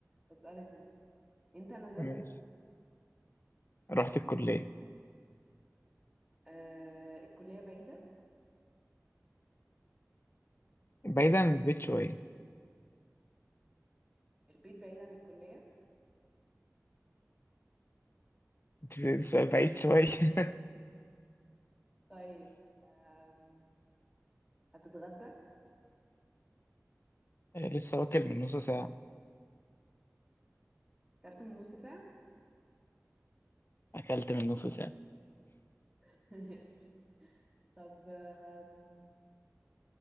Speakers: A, in the centre; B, on the left.
A: اسألك انا انت نزلت
B: <laughs> ماشي رحت الكلية
A: آه... الكلية بعيدة
B: بعيد عن البيت شوية
A: البيت بعيد عن الكلية
B: انت في سؤال بعيد شوية <laughs>
A: طيب آم... هتتغدى
B: لسه واكل من نص ساعة
A: كلت من نص ساعة
B: أكلت من نص ساعة
A: <laughs> ماشي طب آم...